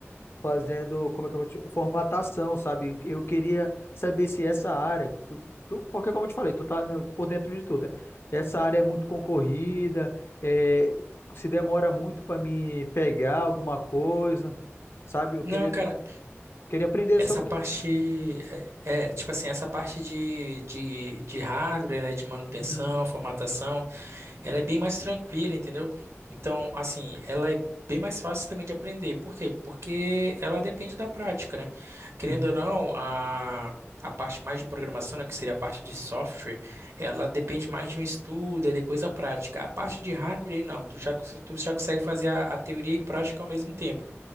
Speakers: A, on the left; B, on the right.
A: fazendo, como é que eu vou te, formatação, sabe? Eu queria saber se essa área, tu, tu- porque como eu te falei, tu tá no- por dentro de tudo, né? Essa área é muito concorrida, é, se demora muito para me pegar alguma coisa, sabe? Eu queria
B: Não, cara.
A: ter Queria aprender
B: Essa
A: sobre
B: parte,
A: isso, cara.
B: é, é, tipo assim, essa parte de, de, de hardware, né, de manutenção,
A: Uhum,
B: formatação, ela é bem mais tranquila, entendeu? Então, assim, ela é bem mais fácil também de aprender. Por quê? Porque ela depende da prática, né? Querendo
A: uhum,
B: ou não, a, a parte mais de programação, né, que seria a parte de software, ela depende mais de um estudo, e depois a prática. A parte de hardware, não, tu já, cons- tu já consegue fazer a, a teoria e prática ao mesmo tempo.